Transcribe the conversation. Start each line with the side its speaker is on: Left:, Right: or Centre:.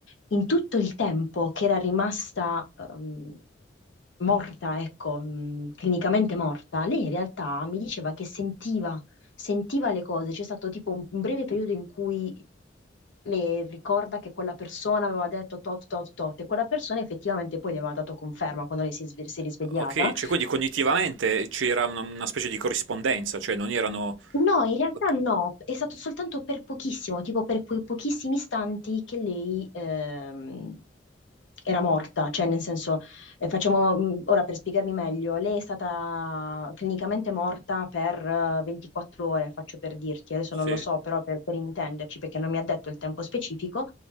Left: in tutto il tempo che era rimasta, ehm, morta, ecco, mh, clinicamente morta, lei in realtà mi diceva che sentiva sentiva le cose, c'è stato tipo un un breve periodo in cui le ricorda che quella persona aveva detto tot tot tot e quella persona effettivamente poi le aveva dato conferma quando lei si è, sve- si è risvegliata.
Right: ok, cioè quindi cognitivamente c'era una, una specie di corrispondenza, cioè non erano...
Left: No, in realtà
Right: ok,
Left: no, è stato soltanto per pochissimo, tipo per quei pochissimi istanti che lei ehm, era morta, cioè nel senso, eh, facciamo, mh, ora per spiegarmi meglio, lei è stata clinicamente morta per eh, 24 ore, faccio per dirti, adesso
Right: Sì,
Left: non lo so, però per, per intenderci, perché non mi ha detto il tempo specifico,